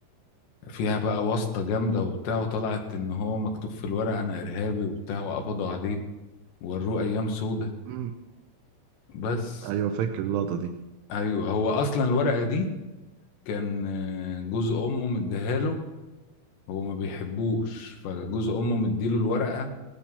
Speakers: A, on the left; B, on the right.
A: فيها بقى واسطه جامده وبتاع وطلعت ان هو مكتوب في الورقه انا ارهابي وبتاع وقبضوا عليه ووروه ايام سودة
B: أمم.
A: بس
B: أيوه فاكر اللقطة دي
A: ايوه هو اصلا الورقه دي كان آه، جوز امه مديها له هو ما بيحبوش فجوز امه مديله الورقة